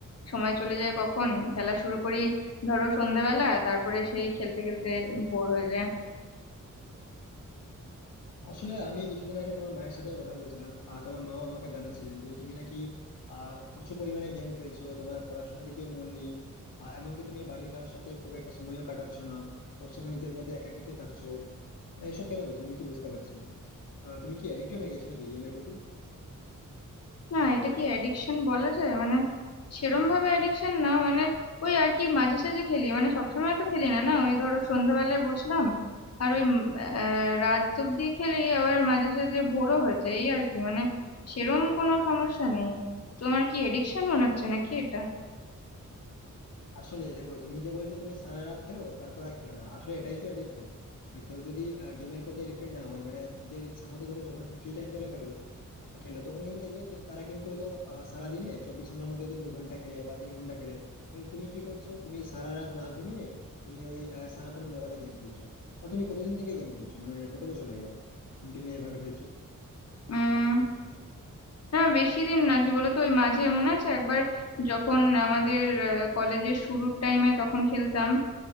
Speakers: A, on the left; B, on the left.
A: সময় চলে যায় কখন খেলা শুরু করি ধরো সন্ধ্যাবেলা তারপরে সেই খেলতে খেলতে ভোর হয়ে যায়
B: আসলে আমি কিছুদিন আগে তোমার মায়ের সাথে কথা বলছিলাম আর তোমার মাও আমাকে জানাচ্ছিলেন যে তুমি নাকি আহ প্রচুর পরিমাণে গেম খেলছো তোমার পড়াশোনার দিকেও মন নেই আহ, এমনকি তুমি বাড়ির কারোর সাথে খুব একটা সময়ও কাটাচ্ছ না সবসময় নিজের মধ্যে একাকিত্বে থাকছো মানে এসব কেন করছো আমি কিছু বুঝতে পারছি না তো, আহ, তুমি কি এডিক্টেড হয়ে গেছো নাকি গেমের প্রতি
A: না এটা কি অ্যাডিকশন বলা যায় মানে সেরম ভাবে অ্যাডিকশন না মানে ওই আর কি মাঝে সাঝে খেলি মানে সবসময় তো খেলি না না ওই ধরো সন্ধ্যাবেলায় বসলাম আর ওই উম, আহ, রাত অব্দি খেলি আবার মাঝে সাঝে ভোরও হয়ে যায় এই আর কি মানে সেরম কোনো সমস্যা নেই তোমার কি এডিকশন মনে হচ্ছে নাকি এটা
B: আসলে দেখো তুমি যে বলছো তুমি সারা রাত খেলো তারপর আর খেলো না আসলে এটাই তো এডিক্টেড আর কেউ যদি গেমের প্রতি এডিক্টেড না হয় মানে নিজের ইচ্ছা মতো ধরো যখন একটু ফ্রি টাইম পেলো খেলো খেলো তখন কিন্তু দেখবে তো তারা কিন্তু হয়তো আহ, সারাদিনে চব্বিশ ঘন্টার মধ্যে হয়তো দু ঘন্টা খেলে বা তিন ঘন্টা খেলে কিন্তু তুমি কি করছো তুমি সারা রাত না ঘুমিয়ে তুমি ওই সারা কোনো মোবাইলে গেম খেলছো না তুমি কতদিন থেকে গেম খেলছো মানে কত বছর হয়ে গেল কন্টিনিউ এভাবে খেলছো
A: উম না বেশি দিন না কি বলতো ওই মাঝে মনে আছে একবার যখন আমাদের কলেজের শুরুর টাইমে তখন খেলতাম